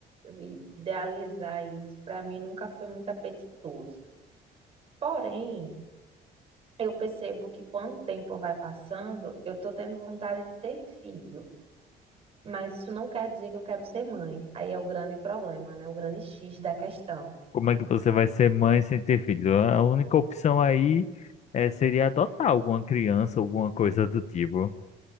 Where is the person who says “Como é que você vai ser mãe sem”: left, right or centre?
Left